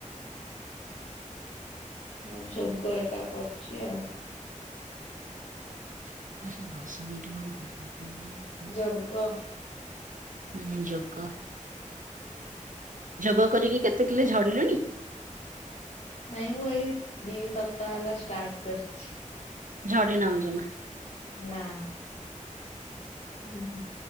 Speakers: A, on the left; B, on the right.
A: ମୁଁ ଯୋଗ ଏକା କରଛି ଆଉ।
B: <unintelligible>
A: ଯୋଗ।
B: ହୁଁ ଯୋଗ। ଯୋଗ କରିକି କେତେ କିଲ ଝଡିଲେଣି।
A: ନାଇଁ ମୁଁ ଏଇ ସ୍ ଦି ସପ୍ତାହ ହେଲା ଷ୍ଟାର୍ଟ କରିଛି।
B: ଝଡି ନଉ ଜମା।
A: ନା। ଉଁ ହୁଁ